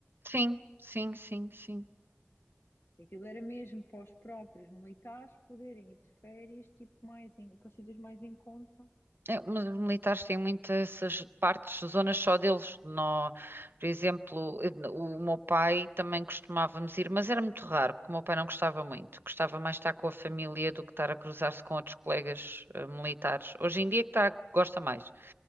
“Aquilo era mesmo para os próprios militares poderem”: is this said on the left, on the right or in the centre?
Left